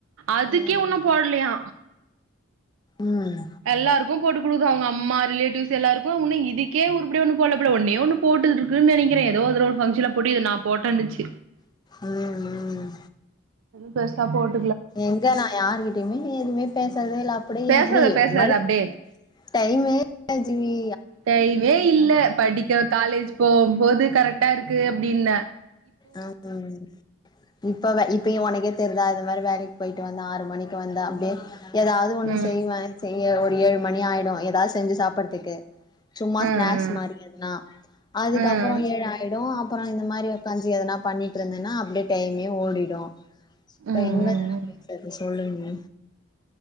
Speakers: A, on the right; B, on the left.
A: அதுக்கே
B: ம்
A: ஒன்னு போட்லயா
B: ம்
A: எல்லாருக்கும் போட்டு குடுக்து அவுங்கம்மா ரிலேட்டிவ்ஸ் எல்லாருக்கு உன்னு இதுக்கே உறுபடியா ஒன்னு போட்ல போல ஒன்னே ஒன்னு போட்டுருக்குன் நெனைக்கறே எதோ ஒருதடவ ஒரு ஃபங்க்ஷன்ல போட்டு இது நா போட்டன்னுச்சு
B: ம் ம்
A: ப்ளஸ் சப்போட்
B: எங்க நா யார்கிட்டயுமே எதுமே பேசுறதேல்ல அப்டி
A: பேசாத
B: எப்டி
A: பேசாத
B: ஒரு மார்
A: அப்டியே
B: டைமே <inaudible> ஜிவி
A: டைமே இல்ல படிக்க காலேஜ் போவ்ம்போது கரெக்டா இருக்கு அப்டீன்ன
B: ஆ அம் இப்பவ இப்பயே ஒனக் எத் தெர்தா அது மாரி வேலைக்கு போயிட்டு வந்தா ஆறு மணிக்கு வந்தா அப்டியே எதாது ஒன்னு
A: ம்
B: செய்வ செய் யோ ஒரு ஏழு மணி ஆய்டு எதாது செஞ்சு சாப்பற்துக்கு சும்மா
A: அ
B: ஸ்நேக்ஸ்
A: அ
B: மாரி எதுனா அதுக்கப்றோ
A: அ ம்
B: ஏழு ஆய்டு அப்றோ இந்த மாரி கஞ்சி எதனா பண்ணிட்டிருந்தனா அப்டியே டைமே ஓடிடு இப்ப
A: ம்
B: என்ன
A: ம்
B: பேசற்து சொல்லு நீ